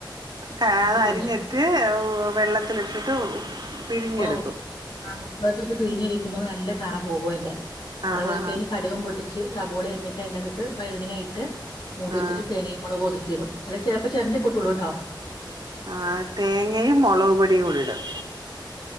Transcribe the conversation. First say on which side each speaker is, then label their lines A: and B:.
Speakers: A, on the right; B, on the left.
A: കാള
B: നന്നായിട്ട് പിഴിഞ്ഞെടുത്ത്
A: അരിഞ്ഞട്ട് ഓ വെള്ളത്തിലിട്ടിട്ട് പിഴിഞ്ഞെടുക്കും
B: വൗ ആ ഉപ്പളത്തിലിട്ട് പിഴിഞ് കഴിക്കുമ്പോ നല്ല കറ പോകു അയിന്റെ കറ
A: ആഹ്
B: പോയിക്കഴിഞ്ഞ
A: ആഹ്
B: കടുകം പൊട്ട് ച്ച് സബോളെ എരിഞ്ഞിട്ട് അതിന്റെകത്ത്് വൈുന കയിട്ട്
A: ആഹ്
B: മൂടി വെച്ചിട്ട്
A: ആഹ്
B: തേങ്ങീമൊളക്കൂത് ക്കിടും അല്ല ചെലപ്പോ ചെരണ്ടി കുട്ടള്ളൂട്ടോ
A: ആ തേങ്ങയും മുളക്പൊടിയൂടിടും